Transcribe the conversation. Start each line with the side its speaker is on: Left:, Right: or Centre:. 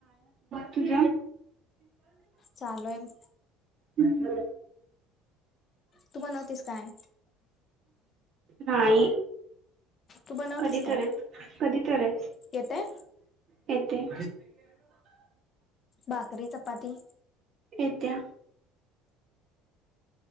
Right: तुझ?
Left: चालुय बग.
Right: हु, हु
Left: तुम्हा नव्हतीस काय
Right: नाई.
Left: तू बनवतीस
Right: कधी
Left: काय
Right: तरच, कधी तरच.
Left: येतय
Right: येेते.
Left: बाकरी चपाती
Right: येत्या.